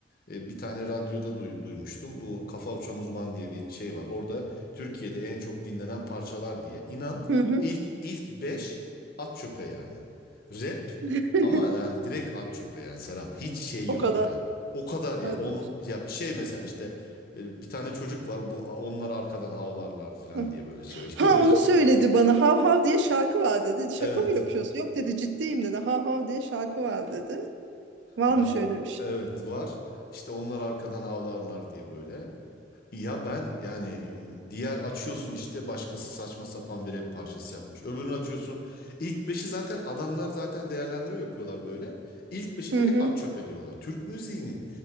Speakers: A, on the left (about 55°); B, on the right (about 75°).
A: e, bir tane radyoda duy- duymuştum bu Kafa Uçan Uzman diye bir şey var orada Türkiye'de en çok dinlenen parçalar diye inan
B: hı hı.
A: ilk ilk 5 at çöpe yani. Rap
B: <laughs>
A: ama yani direkt at çöpe yani Serap. Hiç şey
B: O
A: yok
B: kadar.
A: yani. O kadar ya.
B: Hadi.
A: On, ya bir şey mesela işte e, bir tane çocuk var. Bu onlar arkadan havlarlar falan
B: Hı.
A: diye böyle söylüyor.
B: Ha
A: <laughs> O, iş-
B: onu söyledi bana. Hav hav diye şarkı var dedi. Şaka
A: evet.
B: mı yapıyorsun? Yok dedi ciddiyim dedi. Hav hav diye şarkı var dedi. Var
A: Ya
B: mı şöyle bir şey?
A: evet var. İşte onlar arkadan havlarlar diye böyle. Ya ben yani e, diğer açıyorsun işte başkası saçma sapan bir rap parçası yapmış. Öbürünü açıyorsun. İlk beşi zaten adamlar zaten değerlendirme yapıyorlar böyle. İlk beşi
B: Hı
A: direkt
B: hı.
A: at çöpe diyorlar. Türk müziğinin